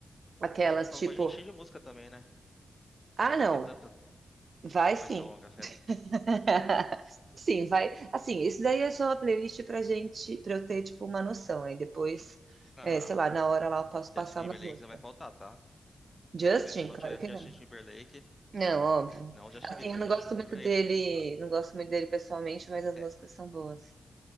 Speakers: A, on the right (about 60°); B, on the left (about 25°).
A: Aquelas,
B: Só não
A: tipo,
B: pode encher de música também, né?
A: ah,
B: Que não
A: não,
B: vai ter tanta,
A: vai
B: ou
A: sim.
B: vai ser longa a festa.
A: <laughs> Sim, vai. Assim, isso daí é só uma playlist pra gente, pra eu ter, tipo, uma noção. Aí depois,
B: Aham.
A: é, sei lá, na hora lá eu posso passar
B: Justin Timberlake
A: umas músicas.
B: não vai faltar, tá?
A: Justin?
B: Se tivesse, se não
A: Claro
B: tivesse
A: que
B: Justin
A: não.
B: Timberlake,
A: Não, óbvio.
B: não Justin
A: Assim,
B: Bieber,
A: eu não
B: Justin
A: gosto
B: Timberlake.
A: muito dele,
B: Ah,
A: não gosto muito dele pessoalmente, mas as
B: É,
A: músicas são boas.